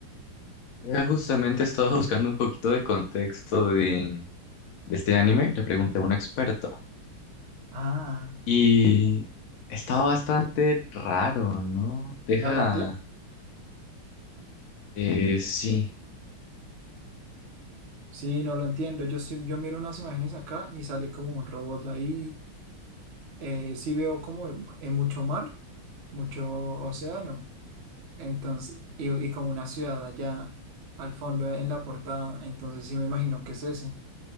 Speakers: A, on the left; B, on the right.
A: Mira, justamente estaba buscando un poquito de contexto de, de este anime, le pregunté a un experto
B: Ah,
A: y está bastante raro, ¿no? Deja,
B: Gargantia
A: eh, sí,
B: Sí, no lo entiendo. Yo, sí- yo miro unas imágenes acá y sale como un robot ahí. Eh, sí veo como en mucho mar, mucho océano. Entonces, y, y como una ciudad allá al fondo en la portada. Entonces sí me imagino que es ese.